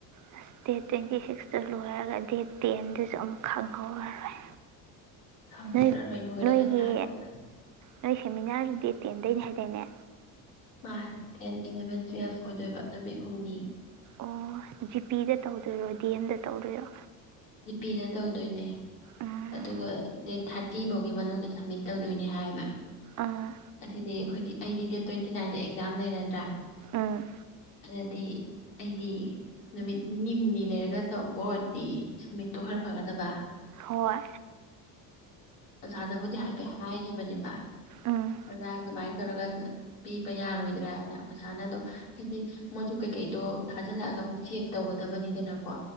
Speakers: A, on the right; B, on the left.
A: ꯑ ꯗꯦꯠ ꯇ꯭ꯋꯦꯟꯇꯤ ꯁꯤꯛꯁꯇꯨ ꯂꯣꯏꯔꯒ ꯗꯦꯠ ꯇꯦꯟꯗꯨꯁꯨ ꯑꯃꯨꯛ ꯈꯪꯍꯧꯔꯔꯣꯏ
B: ꯈꯪꯍꯧꯔꯣꯏ
A: ꯅꯣꯏ
B: ꯂꯣꯏꯔꯒ
A: ꯅꯣꯏꯒꯤ
B: ꯊꯥꯔꯛꯄꯗ
A: ꯅꯣꯏ ꯁꯦꯃꯤꯅꯥꯔꯗꯨ ꯗꯦꯠ ꯇꯦꯟꯗꯣꯏꯅꯦ ꯍꯥꯏꯗꯣꯏꯅꯦ
B: ꯃꯥ ꯇꯦꯟ ꯏꯂꯚꯦꯟ ꯇꯨꯋꯦꯜꯐ ꯑꯣꯏꯗꯣꯏꯕ ꯅꯨꯃꯤꯠ ꯍꯨꯝꯅꯤ
A: ꯑꯣ ꯖꯤꯄꯤꯗ ꯇꯧꯗꯣꯏꯔꯣ ꯗꯤ ꯑꯦꯝꯗ ꯇꯧꯗꯣꯏꯔꯣ
B: ꯖꯤꯄꯤꯗ ꯇꯧꯗꯣꯏꯅꯦ
A: ꯎꯝ
B: ꯑꯗꯨꯒ ꯗꯦꯠ ꯊꯥꯔꯇꯤ ꯐꯥꯎꯒꯤ ꯃꯅꯨꯡꯗ ꯁꯝꯃꯤꯠ ꯇꯧꯗꯣꯏꯅꯦ ꯍꯥꯏꯃ
A: ꯑꯥ
B: ꯑꯗꯨꯗꯤ ꯑꯩꯈꯣꯏꯒꯤ ꯑꯩꯗꯤ ꯗꯦꯠ ꯇ꯭ꯋꯦꯟꯇꯤ ꯅꯥꯏꯗ ꯑꯦꯛꯖꯥꯝ ꯂꯩꯔꯗ꯭ꯔꯥ
A: ꯎꯝ
B: ꯑꯗꯨꯗꯤ ꯑꯩꯗꯤ ꯅꯨꯃꯤꯠ ꯅꯤꯅꯤ ꯍꯨꯝꯅꯤ ꯂꯩꯔꯒ ꯇꯧꯕ ꯑꯣꯏꯗꯤ ꯁꯃꯤꯠꯇꯣ ꯈꯔ ꯐꯒꯗꯕ
A: ꯍꯣꯏ
B: ꯖꯥꯗꯕꯨꯗꯤ ꯍ ꯄꯦ ꯍꯥꯏꯈꯤꯕꯅꯦꯕ
A: ꯎꯝ
B: ꯐꯖꯥ ꯑꯗꯨꯃꯥꯏꯅ ꯇꯧꯔꯒ ꯄꯤꯕ ꯌꯥꯔꯣꯏꯗ꯭ꯔꯥꯅ ꯑꯣꯖꯥꯅꯗꯣ ꯍꯥꯏꯗꯤ ꯃꯣꯏꯁꯨ ꯀꯩꯀꯩꯗꯣ ꯊꯥꯖꯤꯜꯂꯛꯑꯒ ꯑꯃꯨꯛ ꯆꯦꯛ ꯇꯧꯒꯗꯕꯅꯤꯗꯅꯀꯣ